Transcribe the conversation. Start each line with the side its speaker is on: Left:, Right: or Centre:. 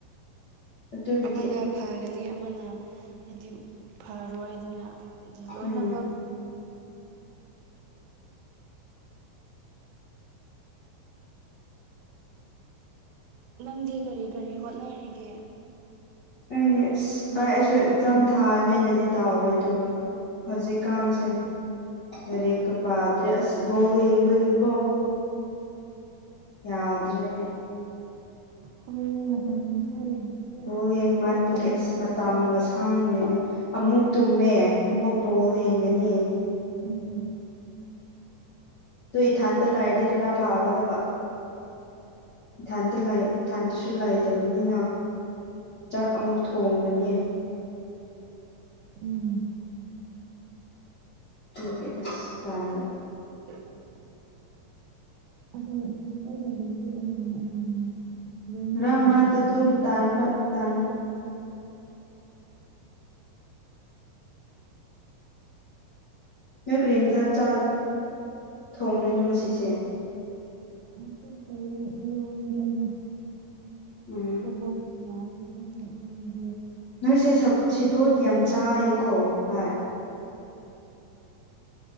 Left: ꯑꯗꯨꯕꯨꯗꯤ
Right: ꯑꯃꯅ ꯐꯒꯅꯤ ꯑꯃꯅ ꯍꯥꯏꯗꯤ ꯐꯔꯣꯏ ꯑꯗꯨꯅ ꯍꯥꯏꯗꯤ ꯂꯣꯏꯅꯕꯛ
Left: ꯎꯝ
Right: ꯅꯪꯗꯤ ꯀꯔꯤ ꯀꯔꯤ ꯍꯣꯠꯅꯔꯤꯒꯦ
Left: ꯑꯩꯗꯤ ꯑꯁ ꯚꯥꯏ ꯑꯩꯁꯨ ꯑꯦꯛꯖꯥꯝ ꯊꯥꯒꯦꯅꯗꯤ ꯇꯥꯎꯋꯦ ꯑꯗꯨꯒ ꯍꯧꯖꯤꯛꯀꯥꯟꯁꯦ ꯂꯥꯏꯔꯤꯛꯀ ꯄꯥꯗ꯭ꯔꯦ ꯑꯁ ꯕꯣꯜ ꯌꯦꯡꯕꯒꯤꯀꯣ ꯌꯥꯗ꯭ꯔꯦ
Right: <unintelligible>
Left: ꯕꯣꯜ
Right: ꯑꯩꯈꯣꯏ
Left: ꯌꯦꯡꯃꯟꯕꯒꯤ
Right: ꯇꯞꯅ
Left: ꯑꯁ
Right: ꯇꯞꯅ
Left: ꯃꯇꯝꯒ
Right: ꯍꯣꯠꯅꯕ
Left: ꯁꯥꯡꯗꯤꯅꯦ ꯑꯃꯨꯛ ꯇꯨꯝꯃꯦ ꯑꯃꯨꯛ ꯕꯣꯜ ꯌꯦꯡꯒꯅꯤ
Right: ꯎꯝ
Left: ꯑꯗꯨ ꯏꯊꯟꯇ ꯂꯩꯔꯗꯤ ꯈꯔ ꯐꯥꯒꯗꯕ ꯏꯊꯟꯇ ꯂꯩ ꯏꯊꯟꯇꯁꯨ ꯂꯩꯇꯕꯅꯤꯅ ꯆꯥꯛ ꯑꯃꯨꯛ ꯊꯣꯡꯒꯅꯤ
Right: ꯎꯝ
Left: ꯑꯗꯨꯒꯤ ꯑꯁ ꯇꯜꯂꯤ
Right: <unintelligible> ꯑꯗꯣ ꯏꯊꯟꯇ ꯂꯩꯕꯗꯨꯁꯨ ꯑꯃꯨꯛ ꯑꯃꯨꯛ ꯌꯥꯝꯅ <unintelligible>
Left: ꯃꯔꯛ
Right: ꯑꯣꯏꯔꯛꯄꯅꯤꯗ
Left: ꯃꯔꯛꯇꯤ ꯑꯗꯨꯝ ꯇꯥꯟꯕ ꯇꯟ ꯅꯣꯏ ꯀꯔꯤ ꯏꯟꯖꯥꯡ ꯆꯥ ꯊꯣꯡꯗꯣꯏꯅꯣ ꯉꯁꯤꯁꯦ
Right: ꯉꯁꯤꯁꯦ ꯏꯔꯣꯟꯒꯦꯅ
Left: <unintelligible>
Right: ꯁꯦꯕꯣꯠꯀꯥ ꯌꯦꯟꯗꯦꯝꯒ ꯏꯔꯣꯟꯕ
Left: ꯅꯣꯏꯁꯦ ꯁꯦ ꯁꯦꯕꯣꯠ ꯌꯥꯝ ꯆꯥꯏꯀꯣ ꯚꯥꯏ